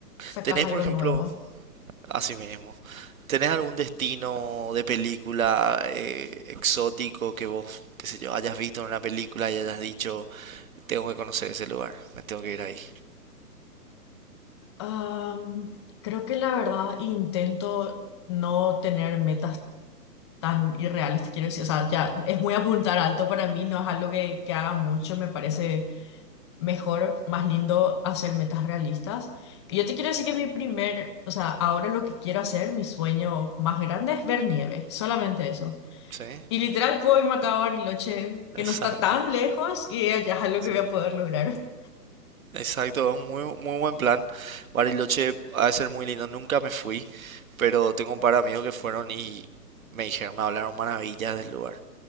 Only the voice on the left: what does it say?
sacas
algo
nuevo.
Am, creo que la verdad intento no tener metas tan irreales, te quiero decir. O sea, ya es muy apuntar alto para mí, no es algo que, que haga mucho. Me parece mejor, más lindo hacer metas realistas. Y yo te quiero decir que mi primer, o sea, ahora lo que quiero hacer, mi sueño más grande es ver nieve, solamente eso.
Y literal puedo irme acá a Bariloche, que
no está tan lejos, y allá es algo
que voy a poder lograr.